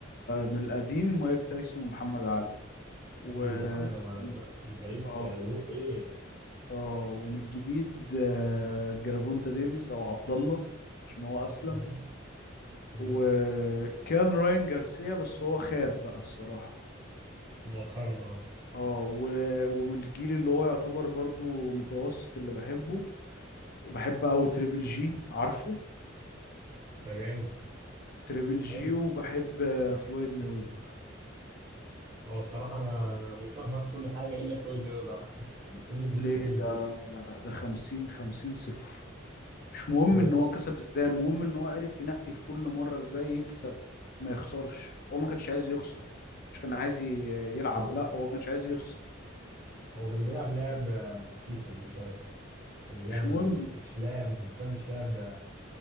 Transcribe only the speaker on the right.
اكيد يا عم يا نهار
ازرق ده انت ليك
ذوق ايه
مهم. مهم.
مؤخرا اه
ده جامد
حلو
هو الصراحه انا متفق معاه في كل حاجه الا فلويد ميوزر <laughs> ما بينزليش
منظور
هو
بص
هو
هو كان بيلعب لعب شيتنج شويه يعني لعب
مش مش لعب انت فاهم مش لعب آه،